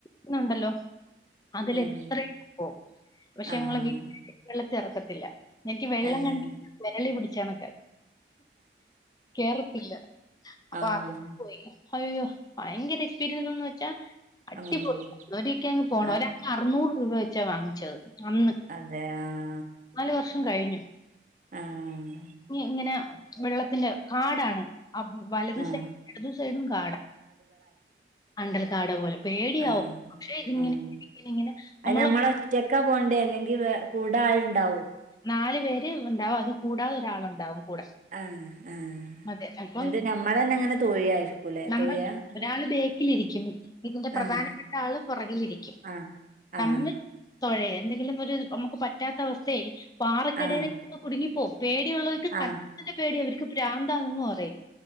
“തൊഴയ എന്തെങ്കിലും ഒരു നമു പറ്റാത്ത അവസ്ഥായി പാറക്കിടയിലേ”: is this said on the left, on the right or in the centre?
Left